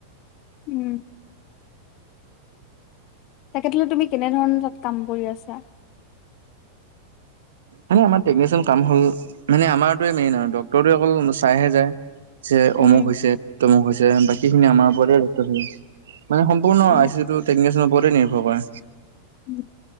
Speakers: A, on the left; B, on the right.
A: উম তাকেত হলে তুমি কেনেধৰণৰ তাত কাম কৰি আছা?
B: মানে আমাৰ টেকনিচিয়েল কাম হ'ল মানে আমাৰতয়ে মেইন আৰু ডক্তৰে অকল চাইহে যায় যে
A: উম
B: অমুক হৈছে তমুক হৈছে বাকী খিনি আমাৰ ওপৰতে বাকীখিনি আমাৰ ওপৰত হে মানে সম্পূৰ্ণ
A: অ
B: আইচি টো টেকচিয়ানৰ ওপৰতে হে নিৰ্ভৰ কৰে।
A: উম